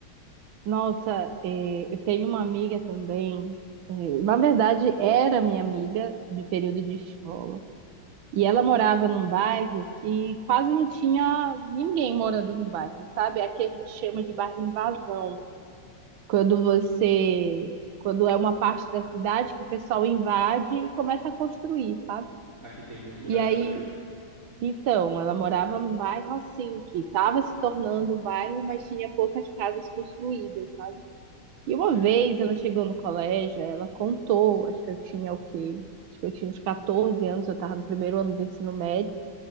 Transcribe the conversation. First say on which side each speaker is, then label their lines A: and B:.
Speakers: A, on the right (about 75°); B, on the right (about 40°).
A: Nossa, é, eu tenho uma amiga também. é, na verdade, era minha amiga de período de escola. E ela morava num bairro que quase não tinha ninguém morando no bairro, sabe? Aqui a gente chama de bairro invasão. Quando você. Quando é uma parte da cidade que o pessoal invade e começa a construir, sabe?
B: Aqui tem muito lugar
A: E aí.
B: assim também.
A: Então, ela morava num bairro assim, que estava se tornando um bairro, mas tinha poucas casas construídas, sabe? E uma
B: Sei.
A: vez ela chegou no colégio, ela contou, acho que eu tinha o quê? Acho que eu tinha uns 14 anos, eu estava no primeiro ano do ensino médio,